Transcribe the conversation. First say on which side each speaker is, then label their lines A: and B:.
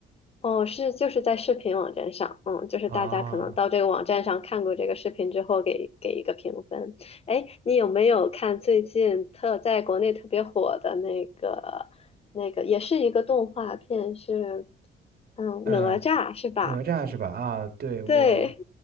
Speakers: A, on the left; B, on the right.
A: 哦，是就是在视频网站上，嗯，就是大家可能到这个网站上看过这个视频之后给给一个评分。
B: 啊，
A: 哎，你有没有看最近特在国内特别火的那个那个也是一个动画片是嗯哪吒是吧？
B: 呃，哪吒是吧？啊，对，我，
A: 对，